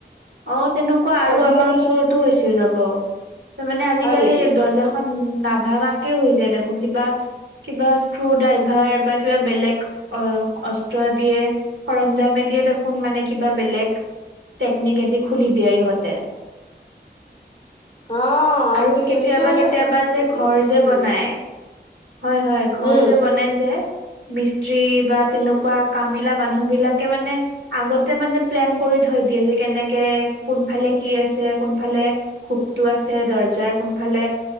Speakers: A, on the right; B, on the left.
A: অ তেনেকুৱা আৰু
B: আজিকালি
A: আমাৰ ওচৰতো হৈছিল ৰব তাৰ মানে আজিকালি
B: হয় নেকি
A: দৰ্জাখন নাভঙাকে হৈ যায় দেখোন কিবা কিবা স্ক্ৰু ড্ৰাইভাৰ বা কিবা বেলেগ অ অস্ত্ৰ দিয়ে সৰঞ্জামে দিয়ে দেখ ফোন মানে কিবা বেলেগ টেকনিক এদি খুলি দিয়ে ইহঁতে
B: অ
A: আৰু
B: আজিকালি
A: কেতিয়াবা
B: তেওঁলোকে
A: কেতিয়াবা যে ঘৰ
B: চব
A: যে
B: জানে
A: বনাই হয় হয় ঘৰ
B: উম
A: যে বনাই যে মিস্ত্ৰী বা তেনেকুৱা
B: উম
A: কামি মানুহ বিলাকে মানে আগতে মানে প্লেন কৰি থৈ দিয়ে যে, কেনেকে কোনাফাঁলে কি আছে কোনফালে সুকটো আছে দৰ্জাৰ কোনফালে